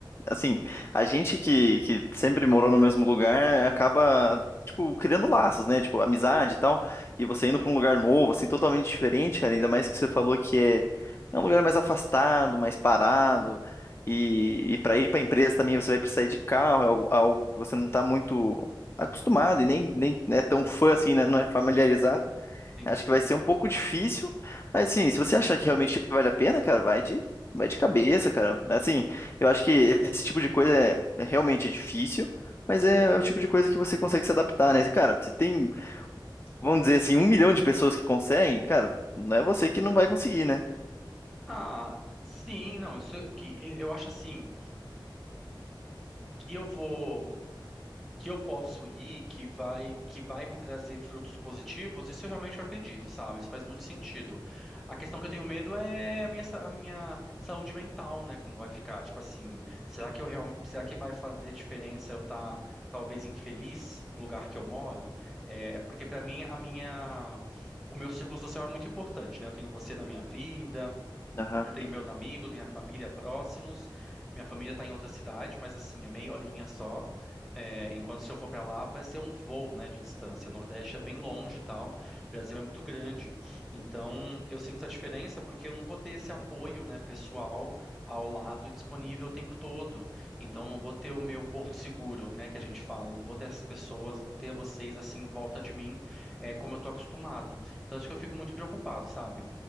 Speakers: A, on the left (about 30°); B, in the centre.
A: assim, a gente que, que sempre morou no mesmo lugar acaba, tipo, criando laços, né? Tipo, amizade e tal. E você indo pra um lugar novo, assim, totalmente diferente, cara, ainda mais que você falou que é, é um lugar mais afastado, mais parado. E, e para ir pra empresa também você vai precisar ir de carro, é algo, algo que você não tá muito acostumado e nem, nem é tão fã assim, né? Não é familiarizado.
B: Sim,
A: Acho
B: sim.
A: que vai ser um pouco difícil, mas assim, se você achar que realmente vale a pena, cara, vai de, vai de cabeça, cara. Assim, eu acho que esse tipo de coisa é, é realmente é difícil, mas é, é o tipo de coisa que você consegue se adaptar, né? Cara, se tem, vamos dizer assim, um milhão de pessoas que conseguem, cara, não é você que não vai conseguir, né?
B: Ah, sim, não, isso que eu acho assim, que eu vou que eu posso ir, que vai, que vai me trazer frutos positivos, isso eu realmente acredito, sabe? Isso faz muito sentido. A questão que eu tenho medo é a minha, sa- a minha saúde mental, né? Como vai ficar? Tipo assim, será que eu real, será que vai fazer diferença eu estar talvez infeliz no lugar que eu moro? É, porque para mim a minha O meu círculo social é muito importante, né? Eu tenho você na minha vida,
A: Aham.
B: eu tenho meus amigos, minha família próximos. Minha família está em outra cidade, mas assim, é meia horinha só. É, enquanto se eu for para lá, vai ser um voo, né, de distância. O Nordeste é bem longe e tal. O Brasil é muito grande. Então, eu sinto essa diferença porque eu não vou ter esse apoio, né, pessoal ao lado e disponível o tempo todo. Então, não vou ter o meu porto seguro, né, que a gente fala. Não vou ter essas pessoas, não vou ter vocês assim em volta de mim, é, como eu tô acostumado. Então, acho que eu fico muito preocupado, sabe?